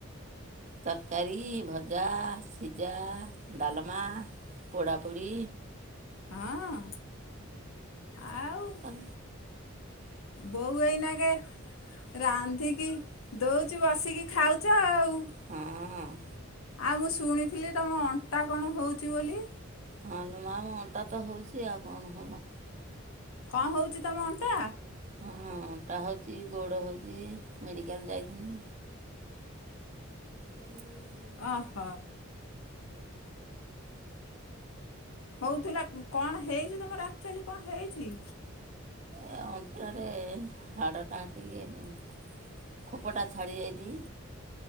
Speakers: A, on the right (about 35°); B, on the left (about 85°).
A: ତରକାରୀ, ଭଜା, ସିଜା, ଡାଲମା। ପୋଡ଼ାପୁଡ଼ି।
B: ହଁ। ଆଉ,
A: ହଁ
B: ବୋଉ ଏଇନା କେ ରାନ୍ଧିକି, ଦଉଚି ବସିକି ଖାଉଛ ଆଉ।
A: ହଁ। ହଁ।
B: ଆଉ, ମୁଁ ଶୁଣିଥିଲି, ତମ ଅଣ୍ଟା କଣ ହଉଛି ବୋଲି?
A: ହଁ ଲୋ ମାଁ, ମୋ ଅଣ୍ଟା ତ ହଉଛି, ଆଉ କଣ ହବ?
B: କଣ ହଉଛି ତମ ଅଣ୍ଟା?
A: ହଁ, ଅଣ୍ଟା ହଉଛି ଗୋଡ଼ ହଉଛି ମେଡ଼ିକାଲ୍ ଯାଇଥିନି। ରହି ରହି ରହି
B: ଅହ ହଉଥିଲା, କଣ ହେଇଛି ତମର ଆକ୍ଚୁଆଲି କଣ ହେଇଛି?
A: ଏ ଅଣ୍ଟାରେ ହାଡ଼ଟା ଟିକେ ଖୋପଟା ଛାଡ଼ି ଯାଇଛି।